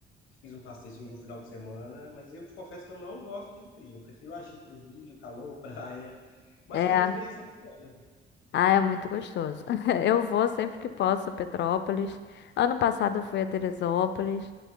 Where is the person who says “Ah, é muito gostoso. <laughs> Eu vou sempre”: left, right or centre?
Left